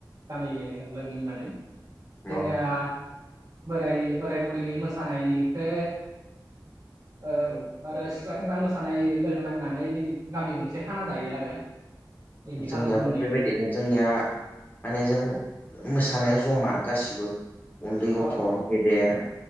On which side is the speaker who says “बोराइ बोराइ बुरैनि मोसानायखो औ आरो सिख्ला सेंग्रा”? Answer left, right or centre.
Right